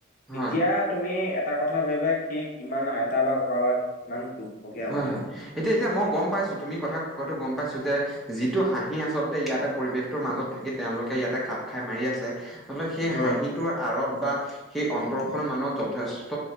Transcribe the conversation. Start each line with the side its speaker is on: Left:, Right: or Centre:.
Centre: হা
Left: তেতিয়া তুমি এটা কথা ভাবিবা সি কিমান বা ককাগৰাকী কিমান দুৰ্ভগীয়া হ'ব
Centre: হয়
Left: লাগিব।
Centre: হয় এতিয়া এতিয়া মই গম পাইছো তুমি কথা কোৱাাতো গম পাইছো যে যিটো হাঁহি আচলতে ইয়াতে পৰিৱেশটোৰ মাজত থাকি তেওঁলোকে ইয়াতে খাপ খাই মাৰি আছে আচলতে সেই
Left: হয়।
Centre: হাঁহিটোৰ আঁৰত বা সেই অন্তৰখনৰ মানুত যথেষ্ট